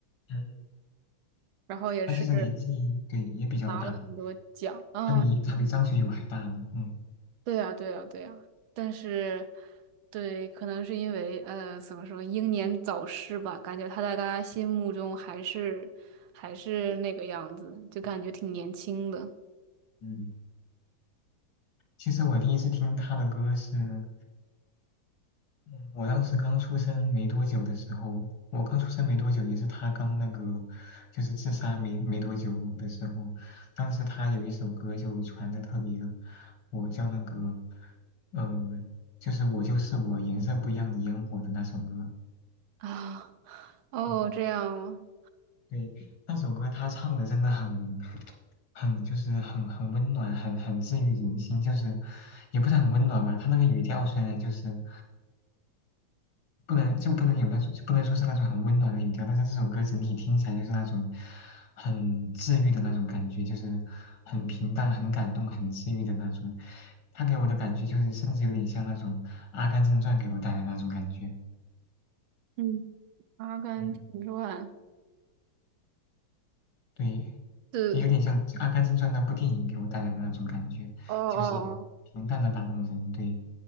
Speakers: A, on the left; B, on the right.
A: 嗯，
B: 然后也是
A: 他其实年纪对也比较大，
B: 拿了很多奖啊。
A: 他比他比张学友还大呢。嗯
B: 对呀，对呀，对呀，但是，对，可能是因为呃，怎么说，英年早逝吧，感觉他在大家心目中还是还是那个样子，就感觉挺年轻的
A: 嗯，其实我第一次听他的歌是嗯我当时刚出生没多久的时候，我刚出生没多久，也是他刚那个，就是自杀没没多久的时候，当时他有一首歌就传的特别火，叫那个，呃，就是我就是我，颜色不一样的烟火的那首歌。
B: 啊。哦，
A: 嗯，
B: 这样吗？
A: 对，那首歌他唱的真的很，很就是很很温暖，很很治愈人心，就是也不是很温暖吧，他那个语调虽然就是。不能就不能有那种，不能说是那种很温暖的音调，但是这首歌整体听起来就是那种很治愈的那种感觉，就是很平淡、很感动、很治愈的那种。他给我的感觉就是，甚至有点像那种《阿甘正传》给我带来的那种感觉。
B: 嗯，《阿甘正传》
A: 嗯，对，
B: 是
A: 也有点像《阿甘正传》那部电影给我带来的那种感觉，
B: 哦哦哦，
A: 就是平淡的打动人。对，